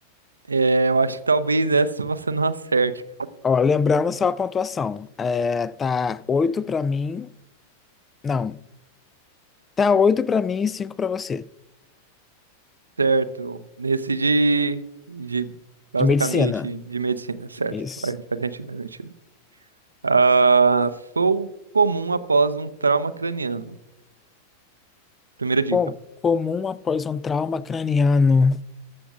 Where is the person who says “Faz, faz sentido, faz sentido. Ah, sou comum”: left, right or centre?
Right